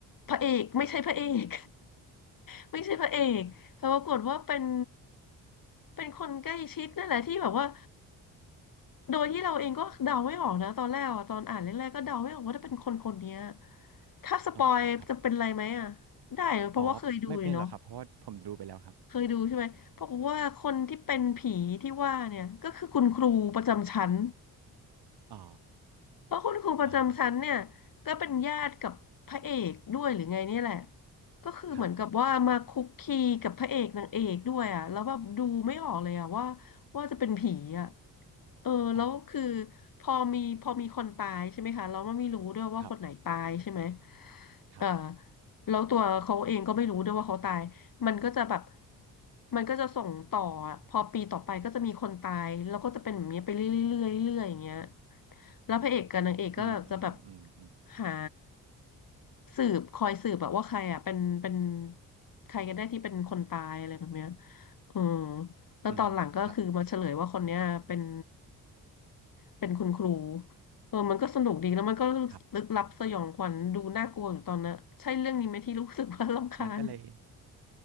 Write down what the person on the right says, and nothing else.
<laughs> อ๋อครับ
อ๋อไม่เป็นหรอกครับเพราะว่าผมดูไปแล้วครับ
อ๋อ
อ่าฮะ
ครับ
อ๋อ
ครับครับ
อืมอืมอืมอืม
อืมครับ
ครับ
มันก็เลย